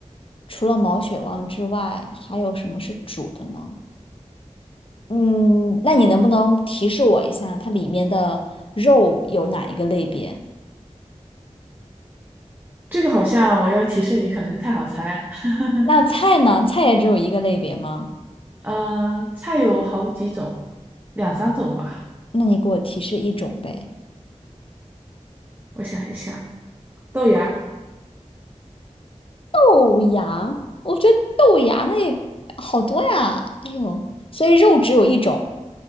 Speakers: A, on the left (about 50°); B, on the right (about 15°).
A: 除了毛血旺之外，还有什么是煮的呢？嗯，那你能不能提示我一下，它里面的肉有哪一个类别？
B: 这个好像我要提示你，可能就太好猜了。<laughs>
A: 那菜呢？菜也只有一个类别吗？
B: 嗯，菜有好几种，两三种吧。
A: 那你给我提示一种呗。
B: 我想一想，豆芽，
A: 豆芽，我觉得豆芽那也好多呀，哎呦，所以肉只有一种。